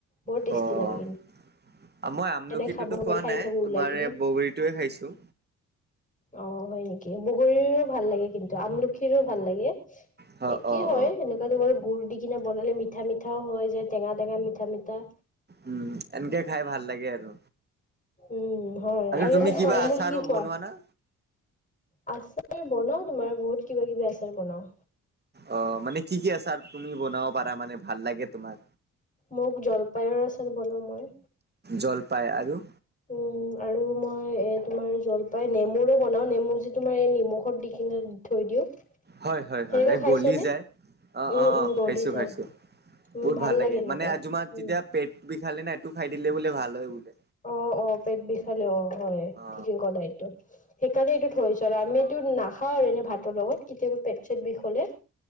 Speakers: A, on the left; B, on the right.
A: বৰ টেষ্টি
B: অ'
A: লাগে কিন্তু।
B: মই আমলখিটোতো
A: তেনে খাব গ'লে
B: খোৱা
A: খাই
B: নাই
A: থাকো ওলাই
B: তোমাৰ
A: কিনে।
B: এই বগৰীটোৱে খাইছোঁ।
A: অ', হয় নেকি? বগৰীৰো ভাল লাগে কিন্তু আমলখিৰো ভাল লাগে।
B: অ',
A: একেই
B: অ',
A: হয়
B: অ'।
A: এনেকুৱা গুুৰ দি কিনে বনালে মিঠা-মিঠাও হয় যে, টেঙা-টেঙা মিঠা-মিঠা।
B: উম, এনেকে খাই ভাল লাগে আৰু।
A: উম হয়। আৰু
B: তুমি
A: এনে
B: কিবা
A: ফল মূল
B: আচাৰো
A: কি খোৱা?
B: বনোৱা না?
A: আচাৰ বনাওঁ তোমাৰ বহুত কিবা কিবি আচাৰ বনাওঁ।
B: অ', মানে কি-কি আছাৰ তুমি বনাব পাৰা মানে ভাল লাগে তোমাৰ?
A: মোক জলপাইৰ আচাৰ বনাওঁ মই।
B: জলপাই আৰু?
A: উম, আৰু মই এ তোমাৰ জলপাই নেমুৰো বনাওঁ, নেমু যি তোমাৰ এই নিমখত দি কিনে থৈ দিওঁ।
B: হয়-হয়-হয়
A: সেনেকুৱা
B: এই
A: খাইছানে?
B: গলি যায়, অ',
A: উম
B: অ',
A: উম
B: অ',
A: গলি
B: খাইছো-খাইছো।
A: যায় উম
B: বহুত ভাল লাগে
A: এনেকুৱা
B: মানে আজ তোমাৰ
A: উম।
B: তেতিয়া পেট বিষালে নাই এইটো খাই দিলে বোলে ভাল হয় বোলে।
A: অ', অ', পেট বিষালে অ', হয়।
B: অ
A: ঠিকে ক'লা এইটো। সেইকাৰণে এইটোত থৈছোঁ আৰু আমি এইটো নাখাওঁ আৰু এনে ভাতৰ লগত, কেতিয়াবা পেট চেট বিষ হলে